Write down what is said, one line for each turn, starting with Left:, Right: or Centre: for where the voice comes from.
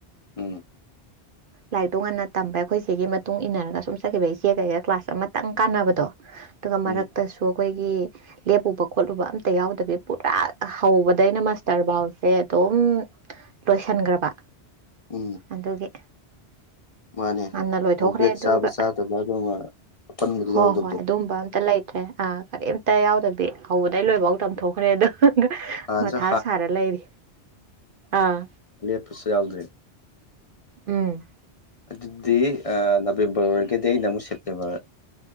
Left: ꯎꯝ
Right: ꯂꯥꯏꯔꯤꯛꯇꯣ ꯉꯟꯅ ꯇꯝꯕ ꯑꯩꯈꯣꯏꯁꯤꯒꯤ ꯃꯇꯨꯡ ꯏꯟꯅꯔꯒ ꯁꯨꯝ ꯆꯠꯈꯤꯕ ꯏꯆꯦꯒꯩꯒ ꯀ꯭ꯂꯥꯁ ꯑꯃꯇꯪ ꯀꯥꯟꯅꯕꯗꯣ ꯑꯗꯨꯒ
Left: ꯎꯝ
Right: ꯃꯔꯛꯇꯁꯨ ꯑꯩꯈꯣꯏꯒꯤ ꯂꯦꯞꯎꯨꯕ ꯈꯣꯠꯂꯨꯕ ꯑꯝꯇ ꯌꯥꯎꯗꯕꯤ ꯄꯨꯔꯥ ꯍꯧꯕꯗ ꯑꯩꯅ ꯃꯁꯇꯔꯕꯥꯎꯁꯦ ꯑꯗꯨꯝ ꯑꯗꯨꯝ ꯂꯣꯏꯁꯤꯟꯈ꯭ꯔꯕ
Left: ꯎꯝ
Right: ꯑꯗꯨꯒꯤ
Left: ꯃꯥꯅꯦ
Right: ꯉꯟꯅ ꯂꯣꯏꯊꯣꯛꯈ꯭ꯔꯦ
Left: ꯒ
Right: ꯑꯗꯨꯒ
Left: ꯁꯥꯕ ꯁꯥꯇ ꯒ ꯑꯃ ꯑꯄꯟꯕꯗꯨ
Right: ꯍꯣꯏ
Left: ꯌꯥꯎꯗꯕꯗꯣ
Right: ꯍꯣꯏ ꯑꯗꯨꯝꯕ ꯑꯝꯇ ꯂꯩꯇ꯭ꯔꯦ ꯑ ꯀꯔꯤꯝꯇ ꯌꯥꯎꯗꯕꯤ ꯍꯧꯕꯗꯩ ꯂꯣꯏꯐꯥꯎ ꯇꯝꯊꯣꯛꯈ꯭ꯔꯦ ꯑꯗꯣ
Left: ꯍꯥꯟꯅꯁꯨ
Right: ꯃꯊꯥ ꯁꯥꯔ ꯂꯩꯔꯤ ꯑꯥ
Left: ꯂꯦꯄꯁꯨ ꯌꯥꯎꯗ꯭ꯔꯦ
Right: ꯎꯝ
Left: ꯑꯗꯨꯗꯤ ꯅꯕꯦꯝꯕꯔ ꯑꯣꯏꯔꯒꯗꯤ ꯑꯩꯅ ꯑꯃꯨꯛ ꯁꯦꯞꯇꯦꯝꯕꯔ